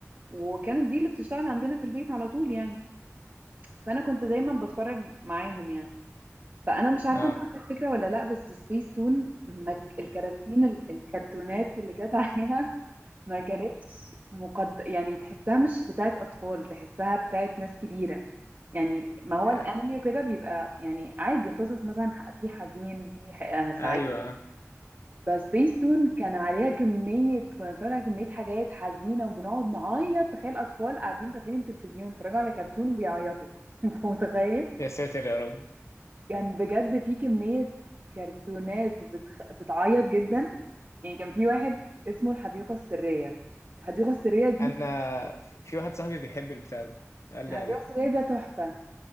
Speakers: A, on the right; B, on the left.
A: وكانت دي اللي بتشتغل عندنا في البيت على طول يعني فانا كنت دايما بتفرج معاهم يعني فانا مش عارفه
B: اه
A: انت عندك فكره ولا لا بس سبيس تون ما ك- الكراتين ال- الكرتونات اللي كانت عليها <laughs> ما كانتش مقد... يعني تحسها مش بتاعت أطفال تحسها بتاعت ناس كبيرة يعني ما هو
B: آه،
A: الأنمي وكده بيبقى يعني عادي قصص مثلا ح- في حزين في ح- آه سعيد
B: ايوه
A: بس تون كان عليها كمية كنا بنتفرج على كمية حاجات حزينة وبنقعد نعيط تخيل أطفال قاعدين فاتحين التلفزيون يتفرجوا على كرتون وبيعيطوا <laughs> أنت متخيل؟
B: يا ساتر يا رب
A: كان بجد في كمية كرتونات بتخ... بتعيط جدا يعني كان في واحد اسمه الحديقة السرية الحديقة السرية دي
B: انا في في واحد صاحبي بيحب البتاع ده قال
A: الحديقة
B: لي عليه
A: السرية ده تحفة